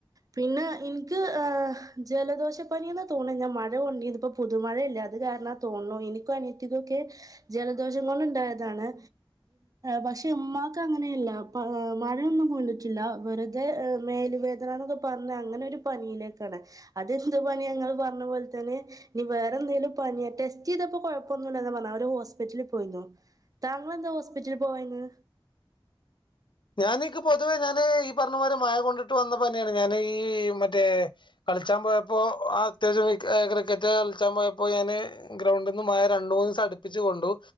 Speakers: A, on the right; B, on the left.
A: പിന്നെ ഇന്ക്ക് ജലദോഷ പനിയന്ന് തോന്ന ഞാൻ മഴ കൊണ്ട് രുന്നു പുതുമഴല്ലേ അത് കാരണാതോന്നു ഇന്ക്കും അനിയത്തികൊക്കെ ജലദോഷം കൊണ്ട ഇണ്ടായതാണ് പക്ഷെ ഉമ്മാക്ക് അങ്ങനെയല്ല മഴയൊന്നും കൊണ്ടിട്ടില്ല വെറുതെ മേല് വേ ക്കെ പറഞ്ഞ അങ്ങനെ ഒരു പനിയിലേക്കാണ് അതെന്ത് പണിങ്ങള് പറഞ്ഞ പോലെ തന്നെ ഇനി വേറെ എന്തേലും പനി റ്റേസ്റ്റ്യ്തപ്പോ കൊഴപ്പൊന്നുല്ല പറഞ്ഞാ അവര് ഹോസ് പിറ്റലിൽ പോയിനു താങ്കള്ന്താ ഹോസ്പിറ്റലില് പോവായിന്ന്
B: ഞാനീക്ക് പൊതുവേ ഞാന് ഈ പറഞ്ഞമാരെ മഴാ കൊണ്ട്ട്ട് വന്നപനിയാണ് ഞാൻ ഈ മറ്റേ കള്ച്ചാൻ പോയപ്പോ അത്യാവശ്യം ക്രിക്കറ്റ് കളിച്ചാൻ പോയപ്പോ ഞാന് ഗ്രൗണ്ട്ന്ന് മഴ രണ്ടു മൂന്ന്സം അടുപ്പിച്ചു കൊണ്ടു